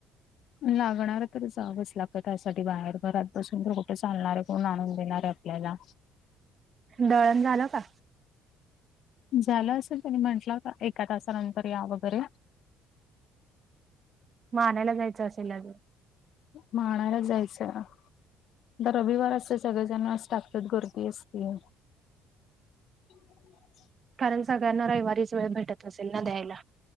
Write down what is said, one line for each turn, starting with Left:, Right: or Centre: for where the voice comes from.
Left: लागणार तर जावंच लागतं त्यासाठी बाहेर घरात बसून तर कुठे चालणार आहे कोण आणून देणार आहे. याला
Right: दळण झालं का?
Left: झालं असेल त्यांनी म्हंटलं का एका तासानंतर या वगैरे
Right: म आणायला जायचं असेल अजून
Left: म आणायलाच जायचंय ना तर रविवार असते सगळेजण असतात गर्दी असतीय <inaudible>
Right: कारण सगळ्यांना रविवारीच वेळ भेटत असेल ना द्यायला